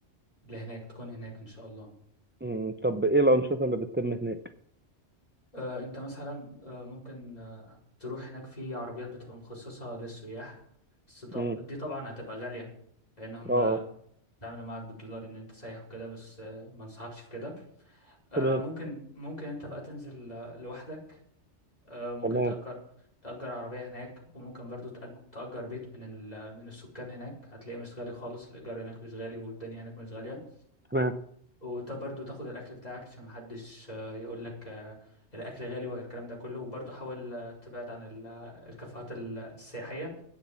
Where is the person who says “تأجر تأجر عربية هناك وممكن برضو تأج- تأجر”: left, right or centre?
Left